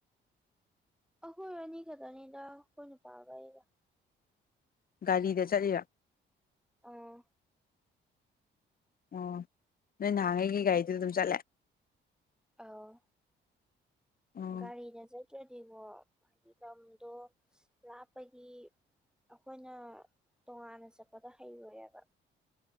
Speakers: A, in the centre; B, on the left.
A: ꯑꯩꯈꯣꯏ ꯑꯅꯤ ꯈꯛꯇꯅꯤꯗ ꯑꯩꯈꯣꯏ ꯅꯨꯄꯥꯒ ꯑꯩꯒ
B: ꯒꯥꯔꯤꯗ ꯆꯠꯂꯤꯔ
A: ꯑꯥ
B: ꯑꯣ ꯅꯣꯏ ꯅꯍꯥꯟꯉꯩꯒꯤ ꯒꯥꯔꯤꯗꯨ ꯑꯗꯨꯝ ꯆꯠꯂꯦ
A: ꯑꯥꯎ
B: ꯎꯝ
A: ꯒꯥꯔꯤꯗ ꯆꯠꯇ꯭ꯔꯗꯤꯉ‌ꯣ ꯍꯥꯏꯗꯤ ꯂꯝꯗꯣ ꯂꯥꯞꯄꯒꯤ ꯑꯩꯈꯣꯏꯅ ꯇꯣꯉꯥꯟꯅ ꯆꯠꯄꯗ ꯍꯩꯔꯣꯏꯦꯕ